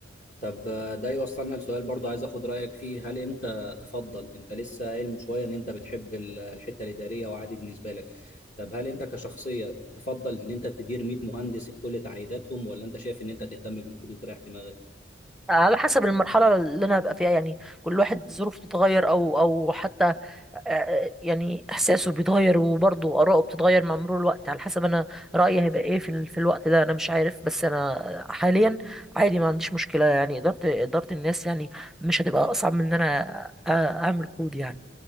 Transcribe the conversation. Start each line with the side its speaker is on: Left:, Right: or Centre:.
Left: طب آه، ده يوصلنا لسؤال برضه عايز اخد رايك فيه هل انت تفضل انت لسه قايل من شويه ان انت بتحب ال- الحته الاداريه وعادي بالنسبه لك طب هل انت كشخصيه تفضل ان انت تدير 100 مهندس بكل تعقيداتهم ولا انت شايف ان انت تهتم بالكود وتريح دماغك
Centre: على حسب المرحلة اللي أنا هبقى فيها يعني كل واحد ظروفه بتتغير أو أو حتى آه، يعني إحساسه بيتغير وبرضه آراءه بتتغير مع مرور الوقت على حسب أنا رأيي هيبقى إيه في ال- في الوقت ده أنا مش عارف بس أنا حاليا عادي ما عنديش مشكلة يعني إدارة إدارة الناس يعني مش هتبقى أصعب من إن أنا أ- أعمل كود يعني